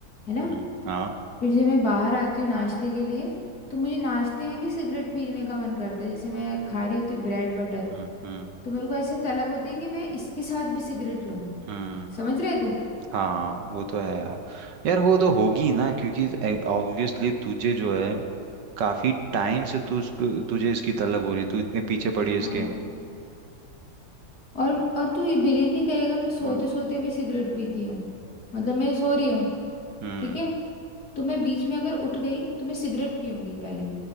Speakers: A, on the left (about 50°); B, on the right (about 70°).
A: है ना
B: हम्म हाँ
A: फिर जब मैं बाहर आती हूँ नाश्ते के लिए तो मुझे नाश्ते में भी सिगरेट पीने का मन करता है जैसे मैं खा रही होती ब्रेड बटर
B: हम्म हम्म
A: तो मेरे को ऐसे तलब होती है कि मैं इसके साथ भी सिगरेट लूं
B: हम्म
A: समझ रहे तू
B: हाँ वो तो है यार यार वो तो होगी ना क्योंकि ऑब्वियसली तुझे जो है काफी टाइम से तू उसको तुझे इसकी तलब हो रही है तू इतने पीछे पड़ी है इसके
A: हाँ और और तू बिलीव नहीं करेगा मैं सोते
B: हम्म
A: सोते भी सिगरेट पीती हूँ मतलब मैं सो रही हूँ
B: हम्म
A: ठीक है तो मैं बीच में अगर उठ गई तो मैं सिगरेट पीऊंगी पहले